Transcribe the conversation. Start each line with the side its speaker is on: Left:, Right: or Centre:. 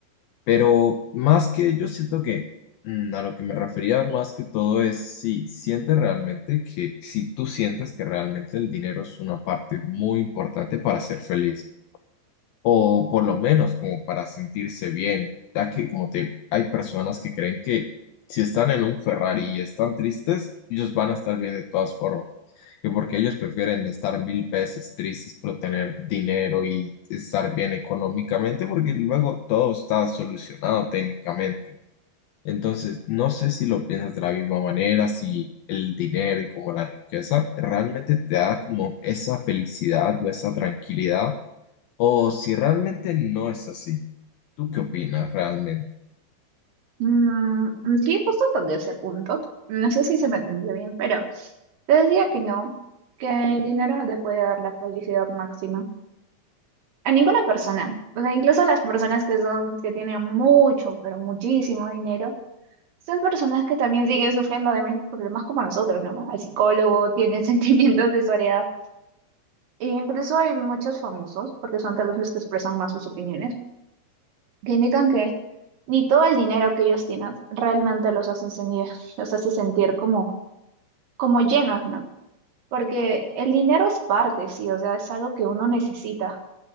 Left: Pero más que yo siento que mm, a lo que me refería más que todo es si sientes realmente que, si tú sientes que realmente el dinero es una parte muy importante para ser feliz o por lo menos como para sentirse bien, ya que como te digo, hay personas que creen que si están en un Ferrari y están tristes, ellos van a estar bien de todas formas, que porque ellos prefieren estar mil veces tristes pero tener dinero y estar bien económicamente, porque luego todo está solucionado técnicamente. Entonces, no sé si lo piensas de la misma manera, si el dinero y como la riqueza realmente te da como esa felicidad o esa tranquilidad o si realmente no es así. ¿Tú qué opinas realmente?
Right: Mm, sí, justo toqué ese punto. No sé si se me entendió bien, pero te decía que no, que el dinero no te puede dar la felicidad máxima. A ninguna persona, o sea, incluso a las personas que son, que tienen mucho, pero muchísimo dinero Son personas que también siguen sufriendo de mismos problemas como nosotros, ¿no? Van al psicólogo, tienen <laughs> sentimientos de soledad. E incluso hay muchos famosos, porque son tal vez los que expresan más sus opiniones, que indican que ni todo el dinero que ellos tienen realmente los hace sentir, los hace sentir como, como llenos, ¿no? Porque el dinero es parte, sí, o sea, es algo que uno necesita,